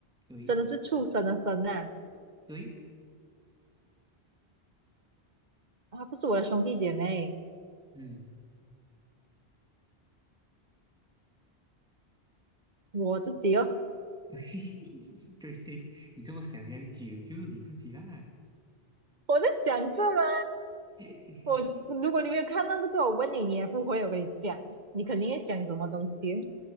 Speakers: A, in the centre; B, on the right.
A: 对
B: 真的是畜生的生啊，
A: 对，
B: 啊，不是我的兄弟姐妹，
A: 嗯。
B: 我自己哦，
A: <laughs> 对对，对你这么想这样久就是你自己啦。
B: 我在想这嘛，
A: <laughs>
B: 我如果你没有看到这个，我问你，你也不会，我跟你讲，你肯定会讲什么东西，